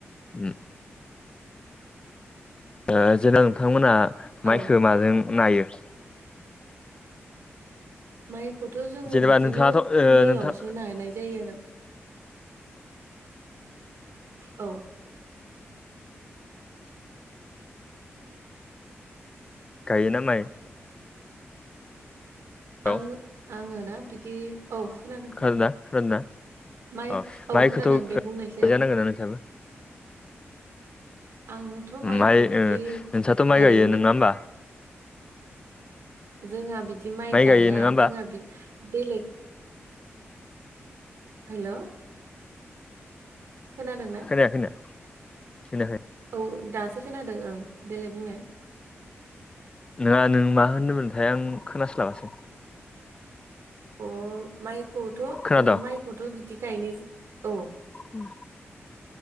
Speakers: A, on the left; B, on the right.
A: उम ओ जे नोंथांमोना
B: औ
A: माइखो माजों नायो?
B: माइखौथ' जोङो
A: जेनेबा
B: बिदिनो
A: नोंथाङाथ' ओ
B: मिलावसो
A: नोंथां
B: नानाय जायो आरो। औ
A: गायोना माइ?
B: आङो
A: औ
B: आङो ना बिदि औ खोनादों।
A: खोनादोंना खोनादोंना?
B: माइ
A: अ
B: औ
A: माहायखौथ'
B: खोनादों दे बुंनायसै आं
A: जानांगोन ना नोंथां।
B: आंथ' माइखौ
A: माइ
B: बिदि
A: ओ नोंस्राथ' माइ
B: गायनो
A: गायो नङा होमबा?
B: जोंहा बिदि माइ गाया
A: गायो नङा होमबा
B: जोंहा बेलेग हेल' खोनादोंना
A: खोनाया खोनाया खोनाया।
B: औ दासो खोनादों ओं देलाय बुंनाय।
A: नोङा नों मा होनदोंमोनथाय आं खोनास्लाबासै।
B: अ माइखौथ' ओ
A: खोनादों
B: माइखौथ' बिदि गायनाय औ।
A: उम